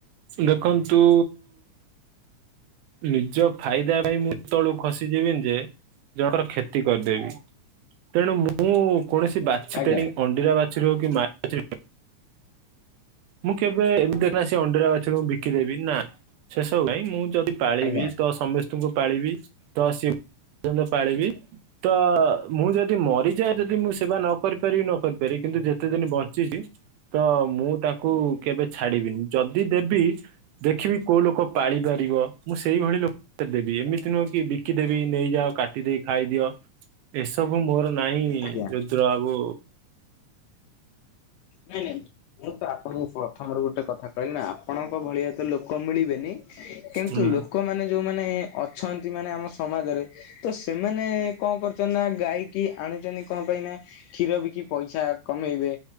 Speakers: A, on the right (about 85°); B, on the left (about 80°).
A: ଦେଖନ୍ତୁ ନିଜ ଫାଇଦା ପାଇଁ ମୁଁ ଏତ ତଳକୁ ଖସିଯିବିନ ଯେ ଜଣଙ୍କର କ୍ଷତି କରିଦେବି। ତେଣୁ ମୁଁ କୌଣସି ବାଛି
B: ଆଜ୍ଞା
A: ତେଣିକି ଅଣ୍ଡିରା ବାଛୁରୀ ହୋଉ କି ମାଇ ବାଛୁରୀ ମୁଁ କେବେ ଏମି ଦେ ନା ସେ ଅଣ୍ଡିରା ବାଛୁରୀକୁ ବିକିଦେବି ନା ସେ ସବୁ ନାଇଁ ମୁଁ ଯଦି ପାଳିବି
B: ଆଜ୍ଞା
A: ତ ସମସ୍ତେଙ୍କୁ ପାଳିବି ତ ସି ପର୍ଯ୍ୟନ୍ତ ପାଳିବି। ତ ମୁଁ ଯଦି ମରିଯାଏ ଯଦି ମୁଁ ସେବା ନ କରିପାରିବି ନ କରିପାରିବି କିନ୍ତୁ ଯେତେ ଦିନ ବଞ୍ଚିଚି ତ ମୁଁ ତାକୁ କେବେ ଛାଡିବିନି। ଯଦି ଦେବି ଦେଖିବି କୋଉ ଲୋକ ପାଳିପାରିବ ମୁଁ ସେଇଭଳି ଲୋ ଦେବି ଏମିତି ନୁହଁ କି ବିକିଦେବି ନେଇଯାଅ କାଟି ଦେଇ ଖାଇଦିଅ ଏସବୁ ମୋର ନାହିଁ
B: ଆଜ୍ଞା।
A: ରୁଦ୍ରବାବୁ।
B: ନାଇଁ ନାଇଁ ମୁଁ ତ ଆପଣଙ୍କୁ ପ୍ରଥମରୁ ଗୋଟେ କଥା କହିଲି ନା ଆପଣଙ୍କ ଭଳିଆ ତ ଲୋକ ମିଳିବେନି କିନ୍ତୁ
A: ହୁଁ।
B: ଲୋକମାନେ ଯୋଉମାନେ ଅଛନ୍ତି ମାନେ ଆମ ସମାଜରେ ତ ସେମାନେ କଣ କରୁଚନ୍ତି ନା ଗାଇକି ଆଣୁଚନ୍ତି କଣ ପାଇଁ ନା କ୍ଷୀର ବିକି ପଇସା କମେଇବେ